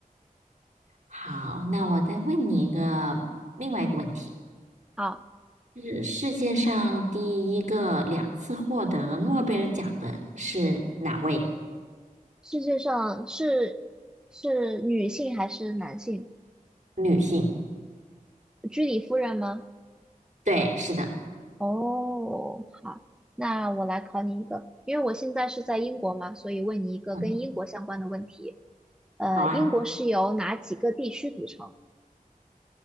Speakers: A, on the right; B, in the centre.
A: 好，那我再问你一个另外一个问题。
B: 好，
A: 是世界上第一个两次获得诺贝尔奖的是哪位
B: 世界上是是女性还是男性？
A: 女性？
B: 居里夫人吗？
A: 对，是的，
B: 哦，好，那我来考你一个，因为我现在是在英国嘛，所以问你一个跟英国相关的问题。
A: 嗯，
B: 呃，
A: 好啊，
B: 英国是由哪几个地区组成？